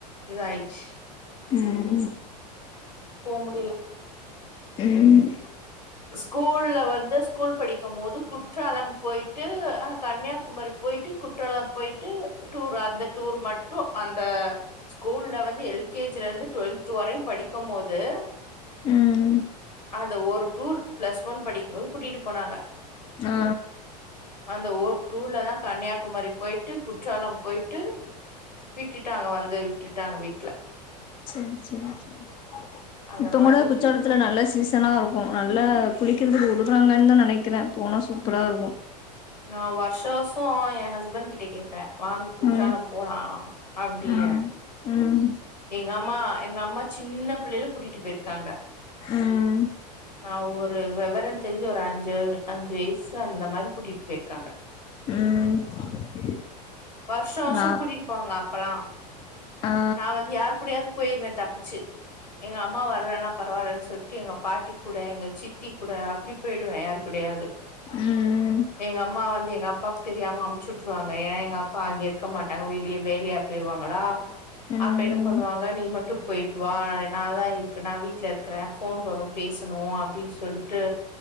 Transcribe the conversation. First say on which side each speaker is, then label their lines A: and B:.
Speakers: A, on the left; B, on the left.
A: இதாயிச்சு
B: ம்
A: போ முடியல
B: ம்
A: ஸ்கூல்ல வந்து ஸ்கூல் படிக்கும் போது குற்றாலம் போயிட்டு அஹா கன்னியாகுமரி போயிட்டு குற்றாலம் போயிட்டு டூர் அந்த டூர் மட்டு அந்த ஸ்கூல்ல வந்து எல்கேஜிலருந்து டுவெல்த் வரையு படிக்கும்போது
B: ம்
A: அந்த ஒரு டூ பிளஸ் ஒன் படிக்கும்போது கூட்டிட்டு போனாங்க
B: ஆ
A: அந்த ஒரு டூர்ல தா கன்னியாகுமரி போயிட்டு குற்றாலம் போயிட்டு விட்டுட்டாங்க வந்து விட்டுட்டாங்க வீட்ல
B: சரி சரி சரித்தங்கோட
A: அந்த மாரி
B: குச்சாடு த்துல நல்ல சீசனா இருக்கும நல்லா குளிக்கிறதுக்கு விடுறாங்கன்னு தா நெனைக்கிறே போனா சூப்பரா இருக்கு
A: நா வருஷ வருஷ ஏ ஹஸ்பண்ட் கிட்ட கே பே வாங்க குற்றாலம்
B: ம்
A: போலா அப்படின்னு
B: ம் ம்
A: எங்கம்மா எங்க அம்மா சின்ன பிள்ளைல கூட்டிட்டு போயிருக்காங்க
B: ம்
A: ஆ ஒரு விவரம் தெரிஞ்சு ஒரு அஞ்சு அஞ்சு வயசு அந்த மாரி கூட்டிட்டு போயிரு காங்க
B: ம்
A: வருஷ வருஷ
B: நா
A: கூட்டிட்டு போவாங்க அப்பல்லா
B: ஆ
A: நா வந்து யாரு கூடயாது போயிருவே தப்பிச்சு எங்க அம்மா வர்றனா பரவாயில்லன்னு சொல்லிட்டு எங்க பாட்டி கூட எங்க சித்தி கூட அப்டி போயிடுவே யாரு கூடையாது
B: ம்
A: எங்க அம்மா வந்து எங்க அப்பாவுக்கு தெரியாம அமுச்சுட்டுருவாங்க ஏன்னா எங்கப் ப்பா அங்க மாட்டாங்க வெளிய வேலையா போயிருவாங்களா
B: ம்
A: அப்ப என்ன பண்ணுவாங்க நீ மட்டு போயிட்டு வா நாதா இருக்கு நா வீட்ல இருக்கறே போன் வரு பேசணு அப்டின்னு சொல்ட்டு